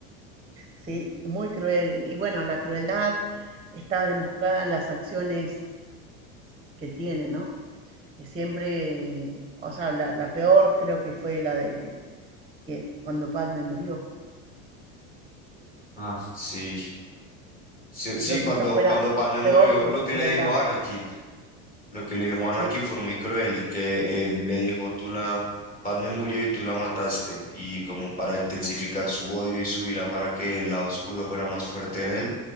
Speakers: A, on the right; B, on the left.
A: sí, muy cruel. Y bueno, la crueldad está demostrada en las acciones que tiene, ¿no? Que siempre, o sea, la, la peor creo que fue la de que cuando Padme murió.
B: Ah. Sí. Sí, sí,
A: Creo
B: cuando,
A: que esa fue la
B: cuando Padmé murió,
A: peor cru-
B: lo que
A: crueldad.
B: le dijo a Anakin, lo que le dijo a Anakin
A: Sí,
B: fue muy cruel, que eh, le dijo, tú la, Padmé murió y tú la mataste, y como para intensificar su odio y su ira para que el lado oscuro fuera más fuerte en él,